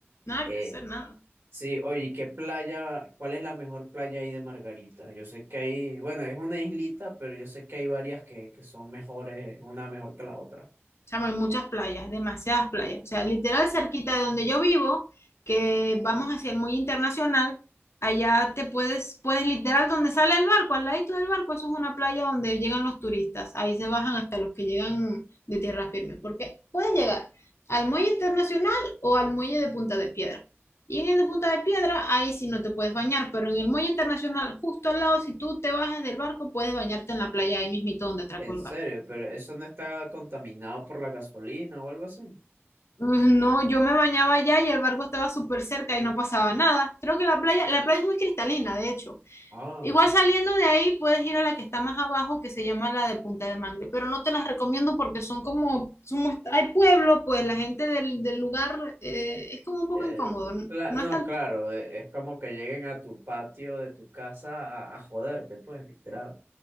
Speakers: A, on the left; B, on the right.
A: nada
B: Eh,
A: que hacer, nada.
B: sí, oye, ¿y ¿qué playa? ¿Cuál es la mejor playa ahí de Margarita? Yo sé que hay, bueno, es una islita, pero yo sé que hay varias que, que son mejores, una mejor que la otra.
A: Chamo, hay muchas playas, demasiadas playas. O sea, literal cerquita de donde yo vivo, que vamos hacia el muy internacional, allá te puedes, puedes literal donde sale el barco, al ladito del barco, eso es una playa donde llegan los turistas. Ahí se bajan hasta los que llegan de tierra firme, porque puedes
B: Wow.
A: llegar al muelle internacional o al muelle de Punta de Piedra. Y en el de Punta de Piedra, ahí sí no te puedes bañar, pero en el muelle internacional, justo al lado, si tú te bajas del barco, puedes bañarte en la playa ahí mismito donde atracó
B: En
A: el
B: serio,
A: barco.
B: pero eso no está contaminado por la gasolina o algo así.
A: Mm, No, yo me bañaba allá y el barco estaba súper cerca y no pasaba nada. Creo que la playa, la playa es muy cristalina, de hecho.
B: Ah.
A: Igual saliendo de ahí puedes ir a la que está más abajo, que se llama la de Punta de Mangle, pero no te las recomiendo porque son como, somos, hay pueblo, pues la gente del, del lugar eh, es como un poco
B: Eh,
A: incómodo. No,
B: cla-
A: no
B: no,
A: es están
B: claro, eh, es como que lleguen a tu patio de tu casa a, a joderte, pues, literal.